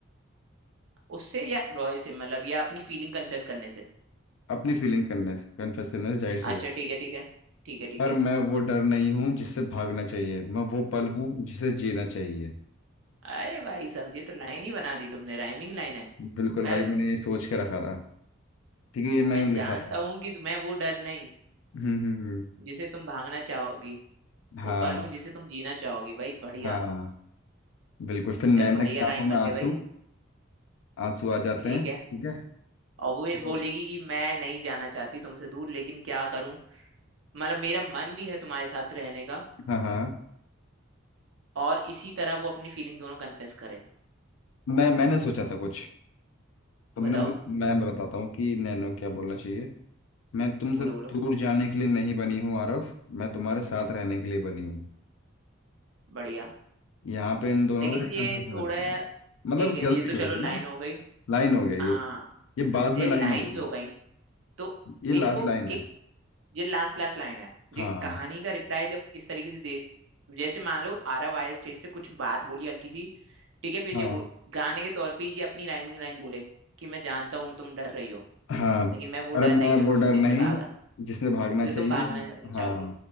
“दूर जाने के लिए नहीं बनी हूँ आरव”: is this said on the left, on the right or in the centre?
Left